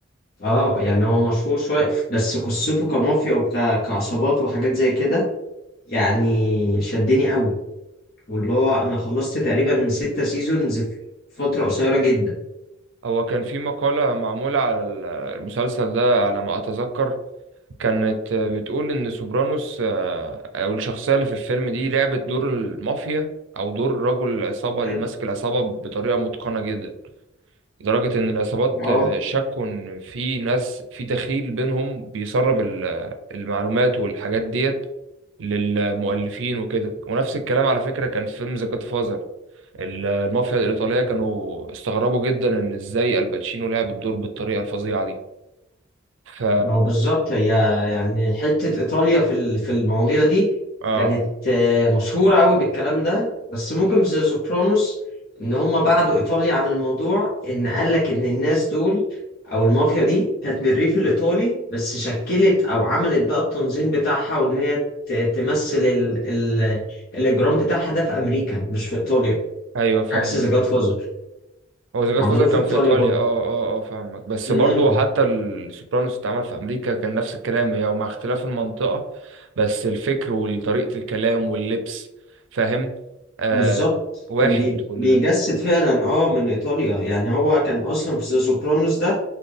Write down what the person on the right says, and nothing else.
هو كان في مقالة معمولة على ال- المسلسل ده على ما أتذكر كانت بتقول إن سوبرانوس آه، أو الشخصية اللي في الفيلم دي لعبت دور المافيا أو دور رجل العصابة اللي
ماسك العصابة بطريقة متقنة جدا لدرجة إن العصابات
آه، شكوا إن في ناس في دخيل بينهم بيسرب ال- المعلومات والحاجات ديت للمؤلفين وكده ونفس الكلام على فكرة كان في فيلم ذا جاد المافيا الإيطالية كانوا استغربوا جدا إن إزاي الباتشينو لعب الدور بالطريقة الفظيعة دي ف
آه
أيوه فاهمة
هو ذا جاد
فازر كان
في إيطاليا آه آه آه فاهمك بس
برضو حتى السوبرانوس اتعمل في أمريكا كان نفس الكلام هي ومع اختلاف المنطقة بس الفكر وطريقة الكلام واللبس فاهم آه
واحد
كل
ده